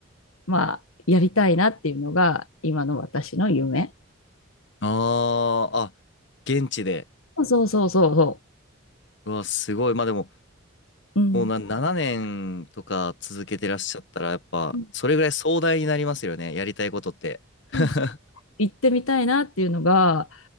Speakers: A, on the left; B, on the left.
A: まあ、やりたいなっていうのが、今の私の夢。
B: ああ、あ、現地で。
A: そうそうそうそ
B: うわ、すごい。まあでも、
A: う。うん。
B: もうな、7年とか続けてらっしゃったら、やっぱ、
A: うん
B: それぐらい壮大になりますよね。やりたいことって。<laughs>
A: そう行ってみたいなっていうのが、